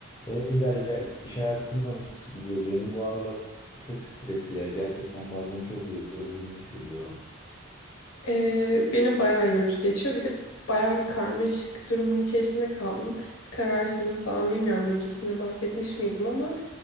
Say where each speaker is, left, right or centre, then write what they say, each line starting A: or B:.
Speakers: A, on the left; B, on the left.
A: E Derya iş hayatı nasıl gidiyor? Benim bu aralar çok stresli ya. Gerçekten bazen çok yorulduğumu hissediyorum.
B: Ee, benim bayağı yorucu geçiyor. Bir de bayağı bir karmaşık durumun içerisinde kaldım. Kararsızım falan bilmiyorum. Öncesinde bahsetmiş miydim ama